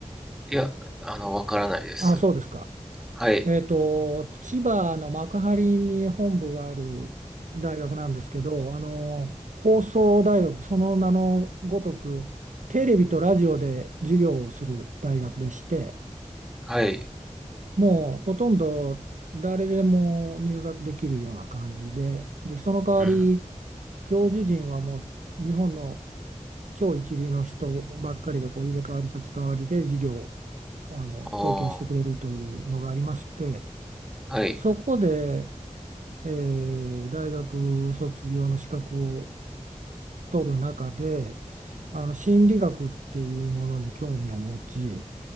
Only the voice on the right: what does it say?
あ、そうですか。
えっと、千葉の幕張に本部がある大学なんですけど、あの、放送大学、その名のごとく、テレビとラジオで授業をする大学でして、
もうほとんど誰でも入学できるような感じで、で、その代わり
教授陣はもう日本の超一流の人ばっかりがこう入れ替わり立ち替わりで授業をあの提供してくれるというのがありまして、
そこで、えー大学卒業の資格を取る中で、あの心理学っていうものに興味を持ち、